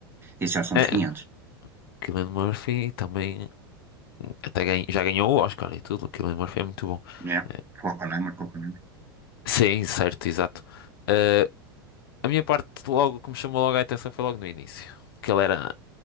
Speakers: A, on the right; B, on the left.
A: isso já são
B: É,
A: dos 500,
B: Cillian Murphy também Até ganha- já ganhou o Oscar e tudo, aquilo Cillian Murphy foi muito bom.
A: né?
B: Eh,
A: Oppenheimer, Oppenheimer.
B: Sim, certo, exato. Eh, a minha parte, logo, que me chamou logo a atenção foi logo no início. Que ele era,